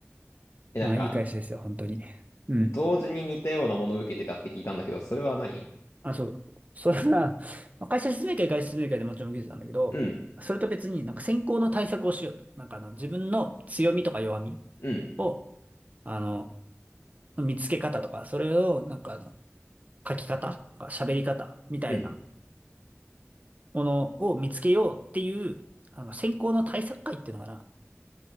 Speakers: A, on the left (about 70°); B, on the right (about 30°).
A: え、なんか、
B: まあ、いい会社ですよ、本当に。うん。
A: 同時に似たようなものを受けてたって聞いたんだけど、それは何
B: あ、そう。それは、まあ会社説明会、会社説明会でもちろん受けてたんだけど、
A: うん、
B: それと別になんか選考の対策をしようと。なんかあの、自分の強みとか弱み
A: うん、
B: を、あの、見つけ方とか、それをなんかあの、書き方とか喋り方みたいな
A: うん。
B: ものを見つけようっていう、あの、選考の対策会っていうのかな、